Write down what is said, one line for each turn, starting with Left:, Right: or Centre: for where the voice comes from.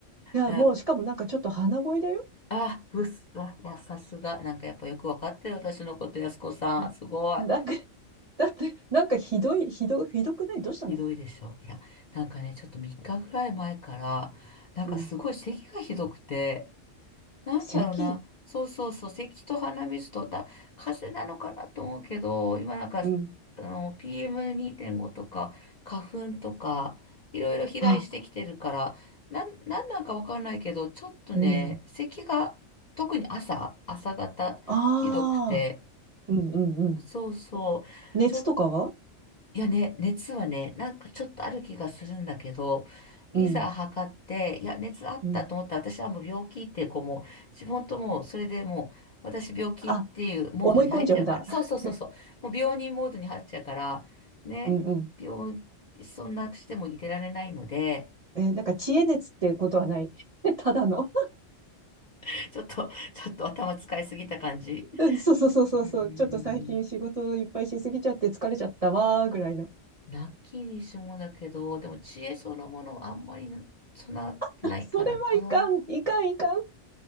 Right: や、
Left: いや
Right: もう、しかもなんかちょっと鼻声だよ。
Left: あ、うっす、あ、いや、さすが。なんかやっぱよくわかってる私のこと、やすこさん。
Right: うんなんか、
Left: すごい。
Right: <laughs> だって、なんかひどい、ひど、ひどくないどうしたの
Left: ひどいでしょ。いや、なんかね、ちょっと3日ぐらい前から、なんかすごい咳がひどくて、
Right: うん。
Left: なんだろうな。
Right: 咳。
Left: そうそうそう。咳と鼻水とだ、風邪なのかなと思うけど、今なんか、
Right: うん。
Left: あの、PM2.5 とか、花粉とか、いろいろ飛来してきてるから、
Right: あ、
Left: なん、なんなんかわかんないけど、ちょっとね、
Right: うん。
Left: 咳が、特に朝、朝方、
Right: ああ。
Left: ひどくて、
Right: うんうんうん。
Left: そうそう。
Right: 熱とかは
Left: ちょっいやね、熱はね、なんかちょっとある気がするんだけど、いざ測って、
Right: うん。
Left: いや、熱あったと思ったら、
Right: うん。
Left: 私はもう病気っていう、こうもう、本当もう、それでもう、私病気っていうモードに入っちゃうから、
Right: あ、思い込んじゃうんだ。
Left: そうそうそうそう、
Right: <laughs>
Left: もう病人モードに入っちゃうから、ね、
Right: うんうん。
Left: 病、そんなしてもいてられないので、
Right: えーなんか、知恵熱ってことはない。<laughs> ただの。
Left: <laughs> ちょっと、ちょっと頭使いすぎた感じ。
Right: うんそうそうそうそうそう。
Left: うー
Right: ちょっと最近仕事いっぱいしすぎちゃって疲れちゃったわーぐらいの。
Left: ん。ラッキーにしもだけど、でも知恵そのものはあんまり備わってないからな。
Right: あそれはいかん、いかん、いかん。